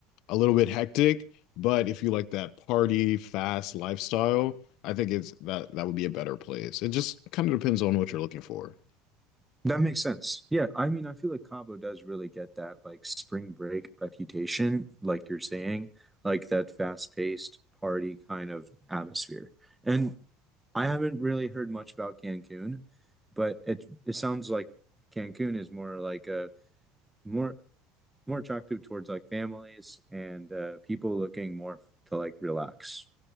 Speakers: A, on the left; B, in the centre.
A: a little bit hectic, but if you like that party fast lifestyle, I think it's that that would be a better place. It just kind of depends on what you're looking for.
B: That makes sense. Yeah, I mean, I feel like Cabo does really get that like spring break reputation, like you're saying, like that fast-paced party kind of atmosphere. And I haven't really heard much about Cancun, but it it sounds like Cancun is more like a more more attractive towards like families and uh, people looking more to like relax.